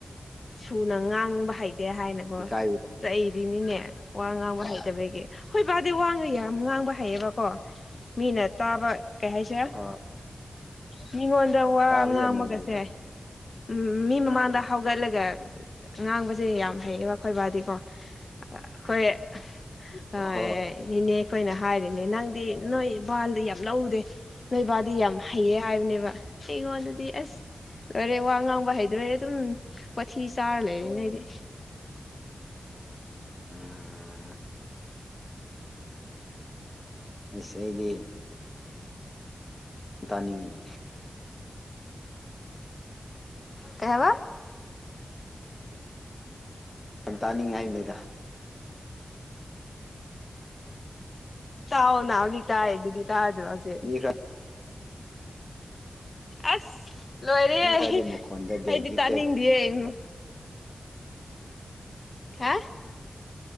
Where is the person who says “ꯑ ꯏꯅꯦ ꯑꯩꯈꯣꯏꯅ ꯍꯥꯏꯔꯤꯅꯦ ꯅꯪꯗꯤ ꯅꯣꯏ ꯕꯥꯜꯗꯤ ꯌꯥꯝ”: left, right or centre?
Left